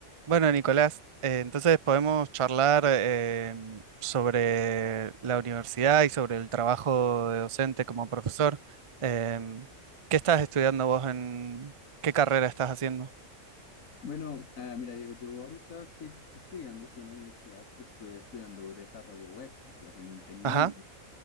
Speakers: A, on the right (about 35°); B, on the left (about 90°).
A: Bueno, Nicolás, eh, entonces podemos charlar eh, sobre la universidad y sobre el trabajo de docente como profesor. Em, ¿qué estás estudiando vos en qué carrera estás haciendo?
B: Bueno, ah, mira, Diego, yo ahorita estoy estudiando, sí, en la universidad, estoy estudiando desarrollo web, estoy haciendo un tecnólogo.
A: Ajá.